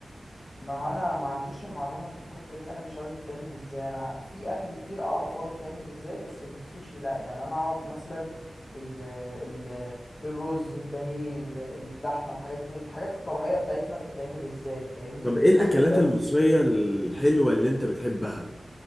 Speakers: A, on the left; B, on the left.
A: ما هو انا ما عنديش المعلومه في الحته دي انا مش عارف بتعمل ازاي انا في اكل كتير اعرف هو بيتعمل ازاي بس السوشي لا يعني انا اعرف مثلا ال ال الرز البانيه ال- اللحمه الحاجات دي الحاجات الطبيعيه بتاعتنا بتتعمل ازاي فاهمني
B: طب ايه الاكلات
A: بس
B: المصرية الحلوة اللي انت بتحبها